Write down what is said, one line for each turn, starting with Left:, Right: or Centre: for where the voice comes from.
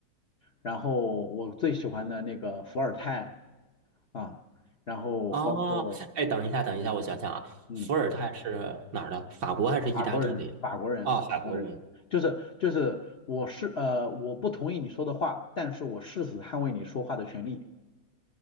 Left: 然后我最喜欢的那个伏尔泰啊，然后包括
Right: 哦，哎，等一下，等一下，我想想啊，
Left: 嗯，
Right: 伏尔泰是哪儿的？法国还是意大利的呀？
Left: 法国人，法国人，
Right: 啊，
Left: 法国人，
Right: 法国人。
Left: 就是就是我是呃，我不同意你说的话，但是我誓死捍卫你说话的权利。